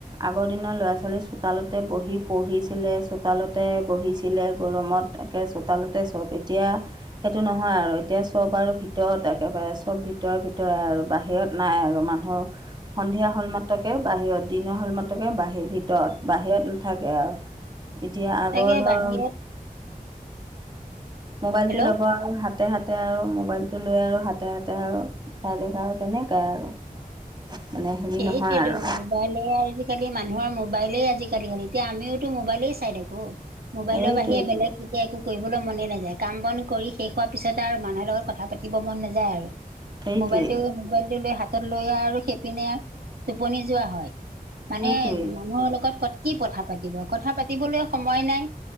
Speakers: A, on the right (about 30°); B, on the right (about 80°).
A: আগৰ দিনৰ ল'ৰা ছোৱালী চোতালতে বহি পঢ়িছিলে চোতালতে বহিছিলে গৰমত চোতালতে চব এতিয়া সেইটো নহয় আৰু এতিয়া চব আৰু ভিতৰত একেবাৰে চব ভিতৰে ভিতৰে আৰু বাহিৰত নাই আৰু মানুহ সন্ধিয়া হ'ল মাতকে বাহিৰত দিনৰ হ'ল মাতকে বাহিৰ ভিতৰত বাহিৰত নাথাকে আৱ
B: <inaudible>
A: এতিয়া আগৰ
B: তাকে
A: ধৰ
B: বাহিৰত
A: মোবাইলটো
B: হেল্ল'
A: ল'ব আৰু হাতে হাতে আৰু মোবাইলটো লৈ আৰু হাতে হাতে আৰু ডাইৰেক আৰু তেনেকাই আৰু মানে হেৰি
B: এইকেইদিন
A: নহয় আৰু
B: মোবাইলে আজিকালি মানুহৰ মোবাইলেই আজিকালি খালি এতিয়া আমিওতো মোবাইলেই চাই থাকো মোবাইলৰ
A: সেইটোৱেইটো
B: বাহিৰে বলেগ কি এতিয়া একো কৰিবলৈ মনে নাযায় কাম বন কৰি শেষ হোৱাৰ পিছতে আৰু মানুহৰ লগত কথা পাতিব মন নাযায় আৰু
A: সেইটোৱেই
B: মোবাইলটো মোবাইলটো লৈ হাতত লৈ আৰু আৰু সেপিনে টোপনি যোৱা হয় মানে
A: সেইটোৱেই
B: মানুহৰ লগত কথ কি কথা পাতিব কথা পাতিবলৈ সময় নাই